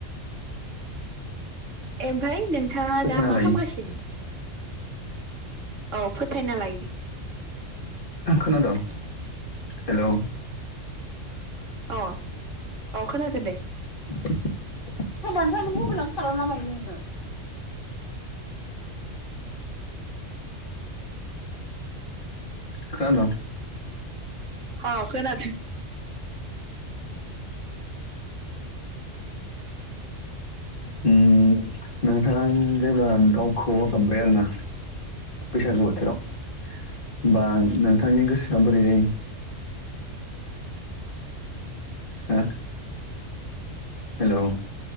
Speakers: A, on the right; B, on the left.
A: ओमफ्राय नोंथाङा
B: फोथायना
A: दा मा
B: लायो
A: खालामगासिनो? औ। फोथायना लायो
B: खोनादों? हेल'।
A: अ अ खोनादोंदे।
B: <unintelligible> मबाइलानो खालामोना मायो नोंना खोनाद'?
A: अ खोनादो
B: उम्म नोंथाङा जेब्ला दाउ खौऔ आ गाबबाय आरोना बैसागो बोथोराव ओनबा नोंथा थांनि गोसोआ बोरै जायो? हो? हेल'।